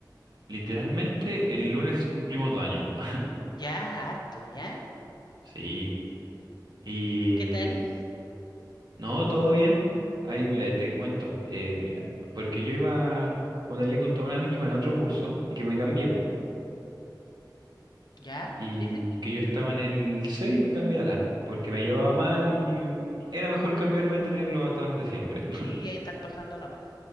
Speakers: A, on the right (about 70°); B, on the left (about 65°).
A: Literalmente, el lunes cumplimos dos años. <laughs>
B: Ya, harto, ¿ya?
A: Sí. Y...
B: ¿Y qué tal?
A: No, todo bien. Ahí, mira, te cuento. Eh, mira, porque yo iba... Como te había contado una vez, yo iba en otro curso y que me cambié, po.
B: ¿Ya?
A: Y
B: Sí, sí.
A: que yo estaba en el C y me cambié a la A, porque me llevaba mal y era mejor cambiarme a tener los atados de siempre. <laughs>
B: Sí, hay que estar pasándolo mal.